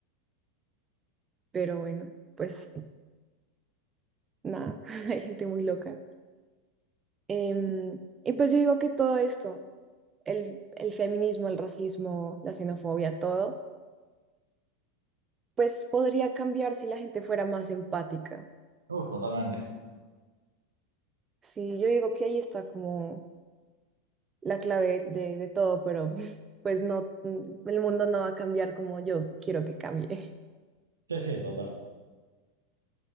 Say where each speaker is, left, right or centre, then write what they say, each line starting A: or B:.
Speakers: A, on the right; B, on the right.
A: Pero bueno, pues nada, <laughs> hay gente muy loca. Em, y pues yo digo que todo esto, el, el feminismo, el racismo, la xenofobia, todo, pues podría cambiar si la gente fuera más empática.
B: Uf, totalmente.
A: Sí, yo digo que ahí está como la clave de, de todo, pero <laughs> pues no, mm, el mundo no va a cambiar como yo quiero que cambie.
B: Sí, sí, total.